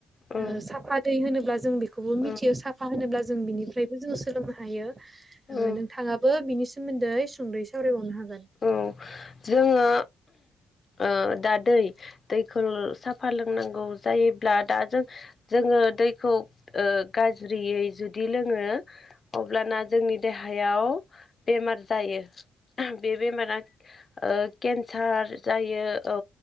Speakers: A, on the left; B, on the right.
A: औ
B: ओ साफा दै होनोब्ला जों बेखौबो मिथियो
A: औ
B: साफा होनोब्ला जों बिनिफ्रायबो जों सोलोंनो हायो। ओ
A: औ
B: नोंथाङाबो बिनि सोमोन्दै सुंदयै सावरायबावनो हागोन
A: औ जोंङो ओ दा दै दैखौ साफ फा लोंनांगौ जायोब्ला दा जों जोंङो दैखौ ओ गाज्रियै जुदि लोङो अब्लाना जोंनि देहायाव बेम बेमार जायो बे बेमारा ओ केन्सार जायो औ